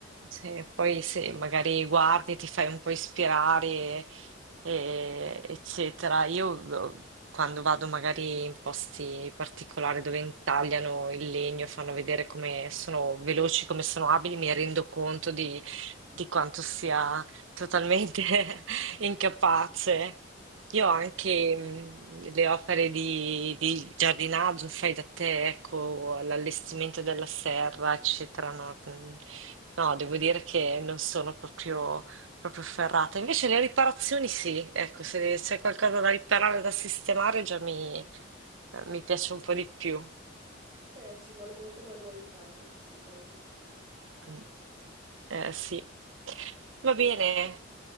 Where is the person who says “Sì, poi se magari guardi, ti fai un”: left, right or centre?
Right